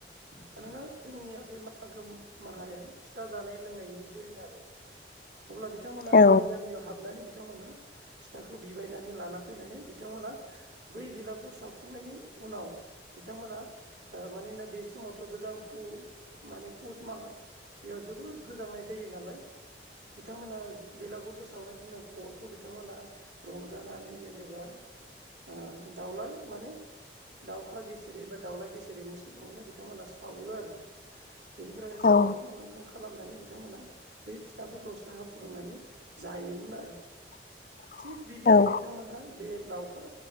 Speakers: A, on the right; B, on the left.
A: मानोना जोंनिया बे मागो माहाया फिथा जानाय लोंनायनि दोन आरो अब्ला बिथांमोना
B: औ
A: गामि गामियाव हाबनानै बिथांमोना फिथाखौ बिबायनानै लाना फैनानै बिथांमोना बै बेलागुर सावखांनायनि उनाव बिथांमोना मानोना बे समावथ' गोजां माने पुस मास बेयाव जोब बोर गोजांनाय जायो नालाय बिथांमोना बेलागुरखौ सावनायनि उनाव अरखौ बिथांमोना रंजानानै जेनेबा ओ दाउला माने दाउखा गे गेसेरैबा दाावला गेसेरैनि सिगाङावनो बिथांमोना सावो आरो बेनिफ्राय सावखां
B: औ
A: लोंखां खालामनानै बिथांमोनहा बै फिथाफोरखौ साहा फुदुंनानै जायोमोन आरो
B: <inaudible>
A: थिग बिदिनो
B: औ
A: बिथांमोनहा बेल लावखार